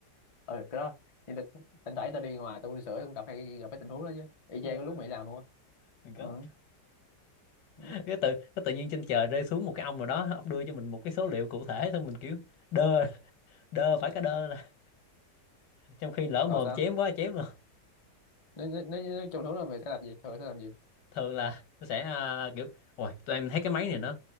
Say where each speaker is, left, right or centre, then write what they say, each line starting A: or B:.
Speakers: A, on the left; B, on the left.
A: cái đó nhưng là cũng- thỉnh thoảng tao đi ngoài tao uống ly sữa tao cũng gặp hay gặp cái tình huống đó chứ y
B: Ờ,
A: chang cái lúc mày làm luôn á
B: the God.
A: ừ.
B: <laughs>
A: ừ.
B: cái tự cái tự nhiên trên trời rơi xuống một cái ông nào đó ông đưa cho mình một cái số liệu cụ thể xong mình kiểu đơ đơ phải cái đơ là <laughs> trong khi lỡ mồm
A: rồi sao
B: chém quá chém luôn
A: nếu nếu, nếu, nếu trong thú là mày sẽ làm gì thường sẽ làm gì
B: thường là nó sẽ à, kiểu ôi tụi em thấy cái máy này nó